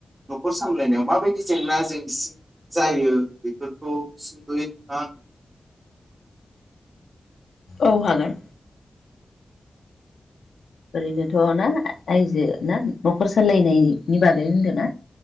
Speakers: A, on the right (about 25°); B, on the left (about 80°).
A: नखर सामलायनायाव माबायदि जेंना जेंसि जायो बेफोरखौ सुंदयै नोंथाङा <unintelligible>
B: औ हागोन। ओरैनोथ ना आयजो ना नखर सालायनाय। नि बागै होनदों ना?